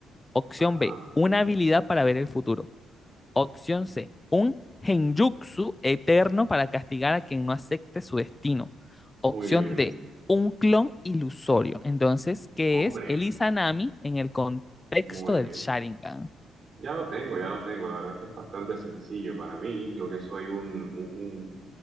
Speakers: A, on the left; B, on the right.
A: Opción
B: ajá.
A: B, una habilidad para ver el futuro. Opción C, un genjutsu eterno para castigar a quien no acepte su destino. Opción
B: Muy bien,
A: D, un clon ilusorio. Entonces, ¿qué
B: hombre,
A: es el Izanami en el contexto
B: muy
A: del
B: bien.
A: Sharingan?
B: Ya lo tengo, ya lo tengo. La verdad es que es bastante sencillo para mí. Yo que soy un, un,